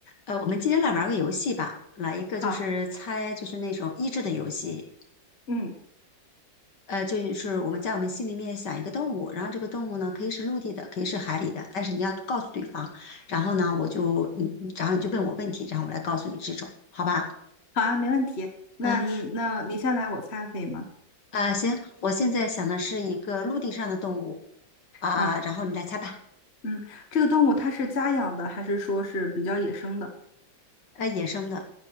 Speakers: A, on the left; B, on the left.
A: 呃，我们今天来玩个游戏吧，来一个就是猜，
B: 好，
A: 就是那种益智的游戏。
B: 嗯，
A: 呃，就是我们在我们心里面想一个动物，然后这个动物呢可以是陆地的，可以是海里的，但是你要告诉对方。然后呢，我就你，你然后你就问我问题，然后我来告诉你这种，好吧？
B: 好啊，没问题。那你那你先来，
A: 嗯
B: 我猜可以吗？
A: 啊，行，我现在想的是一个陆地上的动物啊，
B: 啊，
A: 然后你来猜吧。
B: 嗯，这个动物它是家养的，还是说是比较野生的？
A: 呃，野生的，